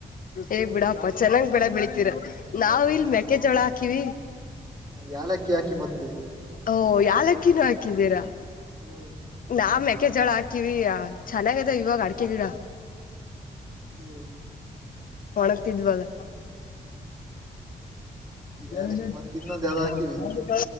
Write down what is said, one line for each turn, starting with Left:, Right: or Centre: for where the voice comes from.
Left: ಏ ಬಿಡಪ್ಪ ಚೆನ್ನಾಗ್ ಬಡ ಬೆಳಿತೀರ ನಾವ್
Right: ಮತ್
Left: ಇಲ್ ಮೆಕ್ಕೆೆ ಜೋಳ ಹಾಕಿವ
Right: ಯಾಲಕ್ಕಿ ಹಾಕಿ ಮತ್ತೆ
Left: ಓ ಯಾಲಕ್ಕಿನ ಹಾಕಿದ್ದೀರಾ
Right: ಹ್ಮ್
Left: ನಾವು ಅಡಕೆ ಜಳ ಹಾಕಿವಿ ಚೆನ್ನಾಗದಾವ ಇವಾಗ ಅಡಕೆ ಗಿಡ
Right: ಹ್ಮ್
Left: ಒಣಗ್ತಿದ್ವಲ್ಲ <unintelligible>
Right: ಯಾಲಕ್ಕಿ ಮತ್ತ ಇನ್ನೊಂದ್ ಯಾವ್ದ ಹಾಕಿವಿ